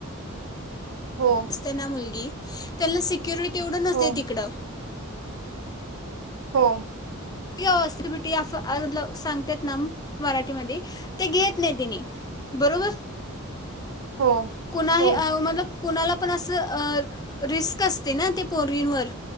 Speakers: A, on the right; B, on the left.
A: हो
B: असते ना मुलगी त्याना सिक्युरिटी एवढं नसते
A: हो
B: तिकडं.
A: हो.
B: की स्टिबिटी सांगते ना. मराठीमध्ये ते घेत नाही तेनी. बरोबर.
A: हो
B: कुणाही
A: हो
B: अ म कुणाला पण असं अ रिस्क असते ना, ते पोंरीनवर